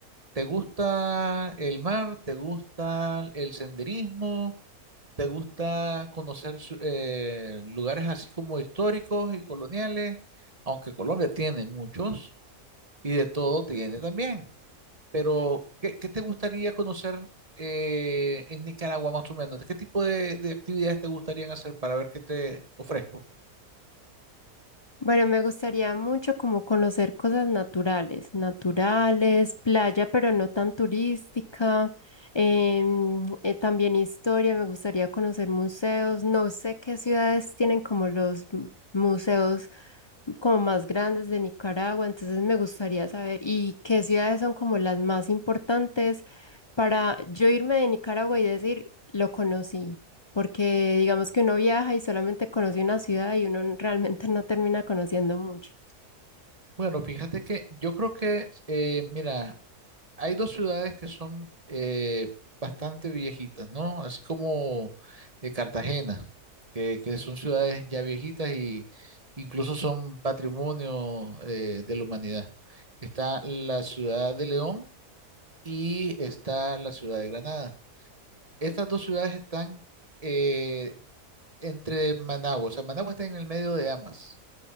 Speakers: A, on the right; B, on the left.
A: ¿Te gusta el mar? ¿Te gusta el senderismo? ¿Te gusta conocer su- eh, lugares así como históricos y coloniales? Aunque Colombia tiene muchos y de todo tiene también. Pero, ¿qué, qué te gustaría conocer eh, en Nicaragua más o menos? ¿Qué tipo de, de actividades te gustarían hacer para ver qué te ofrezco?
B: Bueno, me gustaría mucho como conocer cosas naturales, naturales, playa, pero no tan turística. em, eh, también historia, me gustaría conocer museos. No sé qué ciudades tienen como los m- museos como más grandes de Nicaragua, entonces me gustaría saber, ¿y qué ciudades son como las más importantes para yo irme de Nicaragua y decir, lo conocí? Porque digamos que uno viaja y solamente conoce una ciudad y uno <laughs> n- realmente no termina conociendo mucho.
A: Bueno, fíjate que yo creo que, eh, mira, hay dos ciudades que son eh, bastante viejitas, ¿no? Así como eh, Cartagena, que, que son ciudades ya viejitas y incluso son patrimonio eh, de la humanidad. Está la ciudad de León y está la ciudad de Granada. Estas dos ciudades están eh, entre Managua, o sea, Managua está en el medio de ambas,